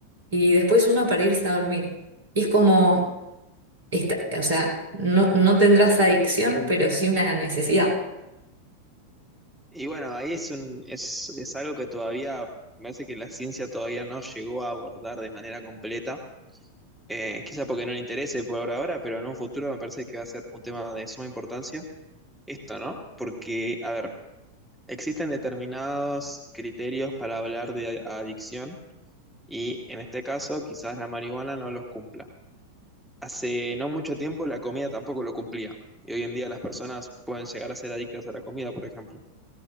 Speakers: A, on the right; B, in the centre.
A: Y después uno para irse a dormir. Y es como, esta- o sea, no, no tendrás adicción, pero sí una necesidad.
B: Y bueno, ahí es un, es, es algo que todavía, me parece que la ciencia todavía no llegó a abordar de manera completa. Eh, quizá porque no le interese por ahora, pero en un futuro me parece que va a ser un tema de suma importancia. Esto, ¿no? Porque, a ver, existen determinados criterios para hablar de a- adicción y en este caso quizás la marihuana no los cumpla. Hace no mucho tiempo la comida tampoco lo cumplía y hoy en día las personas pueden llegar a ser adictas a la comida, por ejemplo.